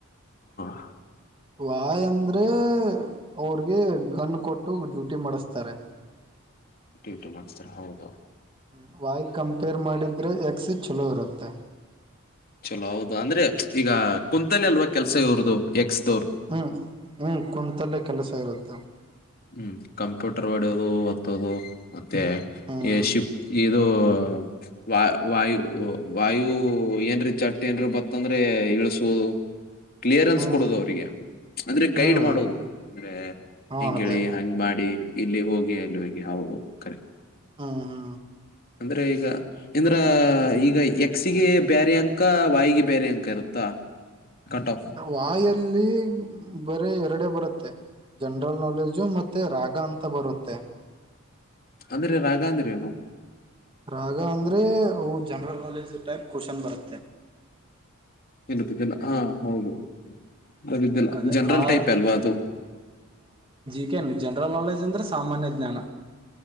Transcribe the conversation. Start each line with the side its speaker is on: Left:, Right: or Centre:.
Left: ಹ
Right: ವಾಯ್ ಅಂದ್ರೆ ಅವ್ರಿಗೆ ಗನ್ ಕೊಟ್ಟ. ಡ್ಯೂಟಿ ಮಾಡಿಸ್ತಾರೆ
Left: ಡ್ಯೂಟಿ ಮಾಡ್ತಾರೆ ಹೌದೌದ.
Right: ಹ್ಮ ವಾಯ್ ಕಂಪೇರ್ ಮಾಡಿದ್ರೆ ಎಕ್ಸ್. ಚಲೋ ಇರುತ್ತೆ.
Left: ಚಲೋ ಹೌದು ಅಂದ್ರೆ ಈಗ ಕುಂತಲಿ ಅಲ್ವಾ ಕೆಲಸ ಇವರದು ಎಕ್ಸ್-
Right: ಹ್ಮ್ ಹ್ಮ್ ಕುಂತಲ್ಲೇ ಕೆಲಸ ಇರುತ್ತೆ.
Left: ಹ್ಮ್ ಕಂಪ್ಯೂಟರ್ ಒ. ಹೊಡೋದು ಒತ್ತೋದು- ಮತ್ತೆ
Right: ಹ್ಮ್
Left: ಶಿಪ್ ಇದು ವ ವಾಯು ವಾಯು ಏನ್ ರೀ ಚಟ್. ನ್ ಬತ್ತ ಅಂದ್ರೆ ಹ ಕ್ಲಿಯರೆನ್ಸ್
Right: ಹ್ಮ್
Left: ಕೊಡುದು ಅವ್ರಿಗೆ ಅಂದ್ರೆ ಗೈಡ್
Right: ಹ್ಮ್
Left: ಮಾಡೋುದು ಅಂದ್ರೆ.
Right: ಹಾ
Left: ಹೆಂಗ
Right: ಅದೇ
Left: ಹೇಳಿ ಹಂಗ್ ಮಾಡಿ. ಇಲ್ಲಿ ಹೋಗಿ ಅಲ್ಲಿ ಹೋಗಗೆ ಹೌದುದು ಕರೆಕ್ಟ್.
Right: ಹಾ ಹಾ.
Left: ಅಂದ್ರೆ ಈಗ ಎಂದ್ರ ಈಗ ಯ ಕ್ಸಿಗೆ ಬೇರೆ ಅಂಕ ವಾಯಿಗೆ ಬೇರೆ ಅಂಕ ಇರುತ್ತಾ ಕಟ್ ಆಫ್.
Right: ವಾಯಲ್ಲಿ ಹ- ಬರೀ ಎರಡೆ ಬರುತ್ತೆ ಜನರಲ್ ನಾಲೆಜು ಮತ್ತೆ ರಾಗ ಅಂತ- ಮತ್ತಾ ಬರುತ್ತೆ-
Left: ಅಂದ್ರೆ ರಾಘ ಅಂದ್ರ ಏನು-
Right: ರಾಗ ಅಂದ್ರೆ ಅವು ಜನರಲ್ ನಾಲೆಜ್ ಟೈಪ್ ಕ್ವಶನ್ ಬರುತ್ತೆ
Left: ಇಲ್ಲತಿದ್ದಿಲ್ಲ ಹಾ <unintelligible> ಹೌದು. ಅದಲ್ಲ
Right: ಅದೇ
Left: ಜನರಲ್
Right: ಆ
Left: ಟೈಪ್ ಅಲ್ವಾ ಅದು.
Right: ಜನರಲ್ ಜನರಲ್ ನಾಲೆಜ್ ಅಂದ್ರೆ ಸಾಮಾನ್ಯ ಜ್ಞಾನ